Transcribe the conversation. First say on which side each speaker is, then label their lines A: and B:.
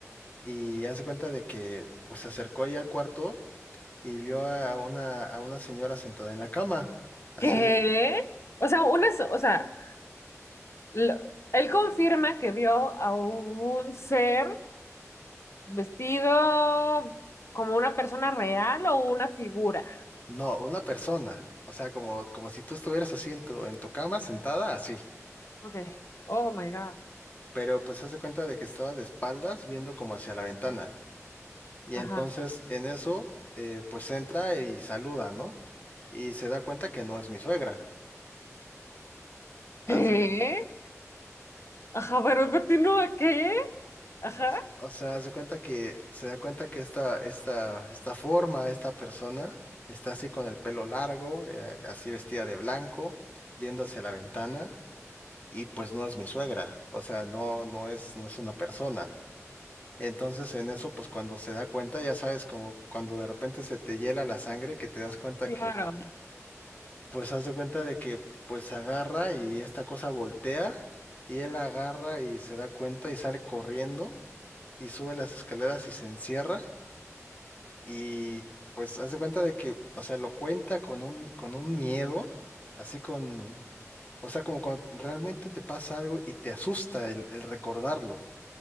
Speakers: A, on the left; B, on the left.
A: Y hace cuenta de que, pues, se acercó ahí al cuarto y vio a una, a una señora sentada en la cama. Así,
B: ¿Qué? O sea, una, so- o sea, lo- él confirma que vio a un ser. Vestido como una persona real o una figura.
A: no, una persona. O sea, como, como si tú estuvieras así en tu, en tu cama, sentada, así.
B: Ok. Oh my God.
A: Pero pues hace cuenta de que estaba de espaldas viendo como hacia la ventana. Y
B: Ajá.
A: entonces en eso, eh, pues entra y saluda, ¿no? Y se da cuenta que no es mi suegra. Haz
B: ¿Qué?
A: de-
B: Ajá, pero continúa, ¿qué? Ajá.
A: o se- o sea, hace cuenta que se da cuenta que esta, esta, esta forma, esta persona, está así con el pelo largo, eh, así vestida de blanco, viendo hacia la ventana, y pues no es mi suegra. O sea, no, no es, no es una persona. Entonces en eso, pues cuando se da cuenta, ya sabes, como cuando de repente se te hiela la sangre, que te das cuenta
B: Claro.
A: pues haz de cuenta de que pues agarra y esta cosa voltea y él agarra y se da cuenta y sale corriendo y sube las escaleras y se encierra y pues haz de cuenta de que, o sea, lo cuenta con un, con un miedo, así con, o sea, como cuando realmente te pasa algo y te asusta el, el recordarlo.